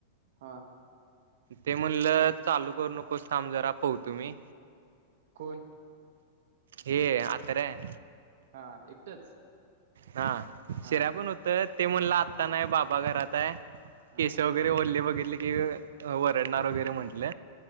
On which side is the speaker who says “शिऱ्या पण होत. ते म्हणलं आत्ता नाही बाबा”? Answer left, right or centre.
Right